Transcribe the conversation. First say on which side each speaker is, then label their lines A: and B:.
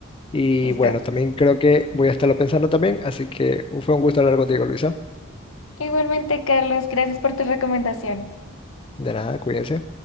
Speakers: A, on the left (about 25°); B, on the left (about 80°).
A: Y
B: Listo.
A: bueno, también creo que voy a estarlo pensando también, así que fue un gusto hablar contigo, Luisa.
B: Igualmente, Carlos, gracias por tus recomendaciones.
A: De nada, cuídense.